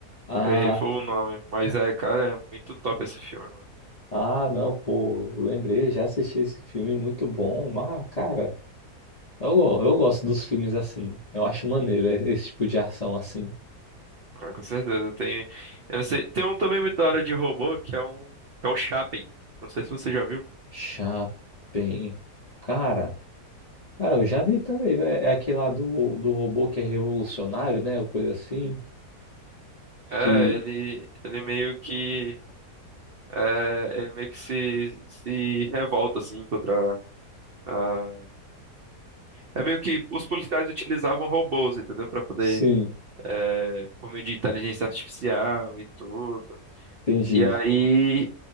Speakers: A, on the left; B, on the right.
A: Ah,
B: Eu errei foi o
A: tá.
B: nome.
A: <laughs>
B: Mas
A: Ca-
B: é, cara, é muito top esse filme, mano.
A: Ah, não, pô, lembrei, eu já assisti esse filme, muito bom. Mas, cara, eu, go- eu gosto dos filmes assim. Eu acho maneiro e- esse tipo de ação assim.
B: Ah, com certeza. Tem, eu não sei, tem um também muito da hora de robô, que é um, que é o Chappie. Não sei se você já viu.
A: Chapem. Cara, cara, eu já vi também, velho. É aquele lá do, do robô que é revolucionário, né? Ou Coisa assim.
B: É,
A: Que,
B: ele, ele meio que. é, ele meio que se, se revolta, assim, contra a... É meio que os policiais utilizavam robôs, entendeu? Pra poder,
A: sim,
B: é, por meio de inteligência artificial e tudo.
A: entendi.
B: E aí,